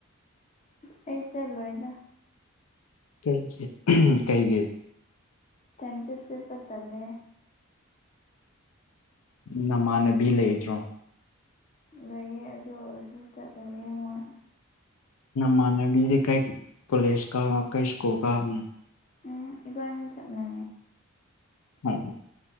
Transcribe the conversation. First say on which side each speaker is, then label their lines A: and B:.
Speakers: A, on the left (about 35°); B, on the left (about 85°).
A: ꯑꯁ ꯑꯩ ꯆꯠꯂꯣꯏꯗ
B: ꯀꯩ ꯀꯩ ꯒꯤ
A: ꯆꯟꯇ ꯆꯄꯠꯇꯂꯦ
B: ꯅꯃꯥꯟꯅꯕꯤ ꯂꯩꯗ꯭ꯔꯣ
A: ꯂꯩꯌꯦ ꯑꯗꯨ ꯑꯣꯏꯔꯁꯨ ꯆꯠꯂꯣꯏꯌꯦꯦ ꯃꯣꯏ
B: ꯃꯥꯅꯦꯗꯤ ꯀꯩ ꯀꯣꯂꯦꯖ ꯀ ꯀꯩ ꯁ꯭ꯀꯨꯜ ꯀꯥꯔꯦꯅꯣ
A: ꯎꯝ ꯏꯕꯅꯤ ꯆꯠꯅꯦ
B: ꯎ